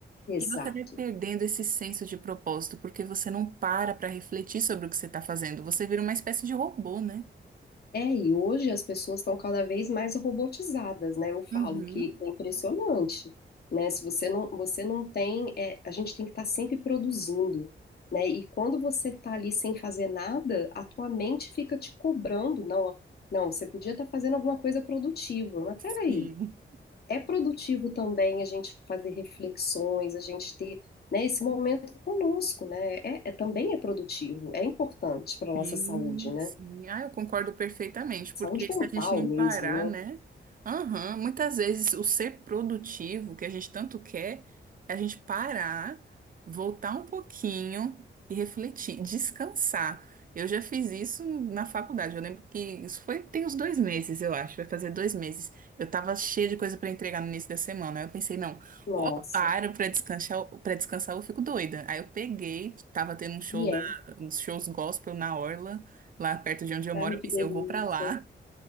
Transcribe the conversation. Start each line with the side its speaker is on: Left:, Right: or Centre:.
Left: Exato.
Right: e você vai perdendo esse senso de propósito, porque você não para para refletir sobre o que você tá fazendo. Você vira uma espécie de robô, né?
Left: É, e hoje as pessoas estão cada vez mais robotizadas, né? Eu falo
Right: Uhum,
Left: que é impressionante, né? Se você não, você não tem, é, a gente tem que estar sempre produzindo, né? E quando você está ali sem fazer nada, a tua mente fica te cobrando, não, não, você podia estar fazendo alguma coisa produtiva, mas
Right: sim.
Left: peraí, é produtivo também a gente fazer reflexões, a gente ter, né, esse momento conosco, né? É, é- também é produtivo, é importante para nossa
Right: Sim,
Left: saúde, né?
Right: sim. Ah, eu concordo perfeitamente, porque
Left: Saúde mental
Right: se a gente não
Left: mesmo,
Right: parar, né?
Left: né?
Right: Aham, muitas vezes o ser produtivo que a gente tanto quer é a gente parar, voltar um pouquinho e refletir, descansar. Eu já fiz isso na faculdade. Eu lembro que isso foi, tem uns dois meses, eu acho, vai fazer dois meses. Eu tava cheia de coisa para entregar no início da semana. Aí eu pensei, não,
Left: Nossa,
Right: ou eu paro para descansar, para descansar, ou eu fico doida. Aí eu peguei, tava tendo um show
Left: e é,
Right: uns shows gospel na Orla, lá perto de onde eu moro.
Left: ai
Right: Eu
Left: que
Right: pensei,
Left: delícia.
Right: eu vou pra lá.